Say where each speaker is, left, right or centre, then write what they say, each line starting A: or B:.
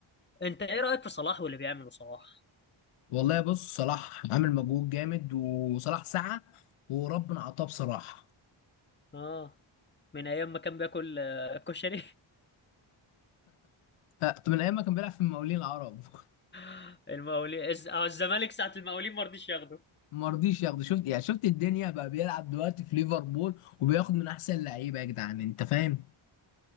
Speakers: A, on the left; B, on the left.
A: انت ايه رايك في صلاح واللي بيعمله صلاح
B: والله بص صلاح عامل مجهود جامد وصلاح سعى وربنا اعطاه بصراحه
A: اه من ايام ما كان بياكل آه، كشري
B: آه، من ايام ما كان بيلعب في المقاولين العرب <laughs>
A: <laughs> المقاولين الز- اه الزمالك ساعه المقاولين ما رضيش ياخده
B: ما رضيش ياخده شفت يعني شفت الدنيا بقى بيلعب دلوقتي في ليفربول وبياخد من احسن لعيبه يا جدعان انت فاهم